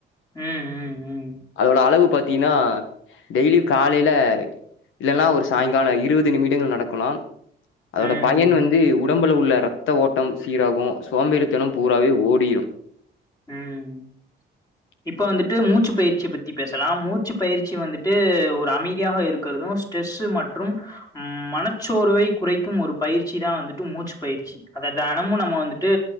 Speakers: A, on the left (about 20°); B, on the left (about 85°).
A: ம் ம் ம்
B: அதோட அளவு பத்தீங்கன்னா டெய்லி காலையில இல்லனா ஒரு சாயங்கால இருவது நிமிடங்கள் நடக்கலாம் அதோட
A: ம்
B: பயன் வந்து உடம்பில் உள்ள இரத்த ஓட்டம் சீராகு சோம்பேரித்தனம் பூராவே ஓடிரும்
A: உம்
B: <inaudible>
A: இப்ப வந்துட்டு மூச்சு பயிற்சிய பத்தி பேசலாம் மூச்சு பயிற்சி வந்துட்டு ஒரு அமைதியாக இருக்கிறதும் ஸ்ட்ரெஸ் மற்றும் மனச்சோர்வை குறைக்கும் ஒரு பயிற்சி தா வந்துட்டு மூச்சு பயிற்சி அத தெனமு நம்ம வந்துட்டு